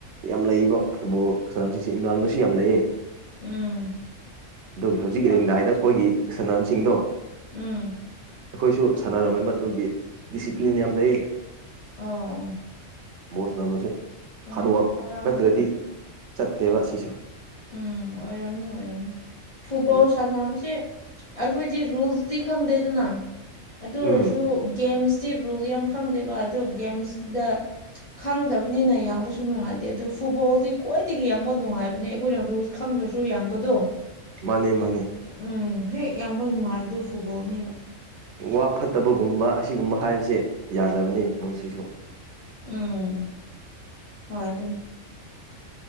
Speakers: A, on the right; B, on the left.
A: ꯌꯥꯝ ꯂꯩꯕ ꯐꯨꯠꯕꯣꯜ ꯁꯥꯅꯕꯁꯤꯡꯁꯤ ꯏꯃꯥꯟꯅꯕꯁꯨ ꯌꯥꯝ ꯂꯩꯌꯦ
B: ꯎꯝ
A: ꯑꯗꯨ ꯍꯧꯖꯤꯛ
B: ꯍꯣꯏ
A: ꯔꯦꯡꯗꯥꯏꯗ ꯑꯩꯈꯣꯏꯒꯤ ꯁꯥꯟꯅꯕꯁꯤꯡꯗꯣ
B: ꯎꯝ
A: ꯑꯩꯈꯣꯏꯁꯨ ꯁꯥꯟꯅꯔꯝꯃ ꯃꯗꯨꯒꯤ ꯗꯤꯁꯤꯄ꯭ꯂꯤꯟ ꯌꯥꯝ ꯂꯩꯌꯦ
B: ꯑꯣ
A: ꯕꯣꯁ ꯅꯝꯕꯁꯤ
B: ꯎꯝ
A: ꯍꯥꯔꯠꯋꯥꯛ
B: ꯑꯣꯏꯔꯝ
A: ꯅꯠꯇ꯭ꯔꯗꯤ ꯆꯠꯇꯦꯕ ꯁꯤꯁꯦ
B: ꯎꯝ ꯑꯣꯏꯔꯝꯅꯤ ꯑꯣꯏꯔꯝꯅꯤ ꯐꯨꯠꯕꯣꯜ
A: ꯎꯝ
B: ꯁꯥꯟꯅꯕꯁꯤ ꯑꯩꯈꯣꯏꯗꯤ ꯔꯨꯜꯁꯇꯤ ꯈꯪꯗꯦ ꯑꯗꯨꯅ ꯑꯗꯨ
A: ꯎꯝ
B: ꯑꯣꯏꯔꯁꯨ ꯒꯦꯝꯁ ꯆꯤ ꯔꯨꯜ ꯌꯥꯝ ꯈꯪꯗꯦꯕ ꯑꯗꯨ ꯒꯦꯝꯁꯗ ꯈꯪꯗꯕꯅꯤꯅ ꯌꯥꯡꯕꯁꯨ ꯅꯨꯡꯉꯥꯏꯇꯦ ꯑꯗꯨ ꯐꯨꯠꯕꯣꯜꯗꯤ ꯈ꯭ꯋꯥꯏꯗꯒꯤ ꯌꯥꯡꯕ ꯅꯨꯡꯉꯥꯏꯕꯅꯤ ꯑꯩꯈꯣꯏꯅ ꯔꯨꯜꯁ ꯈꯪꯗ꯭ꯔꯁꯨ ꯌꯥꯡꯕꯗꯣ
A: ꯃꯥꯅꯦ ꯃꯥꯅꯦ
B: ꯎꯝ ꯍꯦꯛ ꯌꯥꯡꯕ ꯅꯨꯡꯉꯥꯏꯕꯗꯨ ꯐꯨꯠꯕꯣꯜꯅꯦꯕ
A: ꯋꯥ ꯐꯠꯇꯕꯒꯨꯝꯕ ꯑꯁꯤꯒꯨꯝꯕ ꯍꯥꯏꯕꯁꯦ ꯌꯥꯗꯕꯅꯤ ꯃꯣꯏꯁꯤꯁꯨ
B: ꯎꯝ ꯍꯣꯏ ꯑꯗꯨꯅꯤ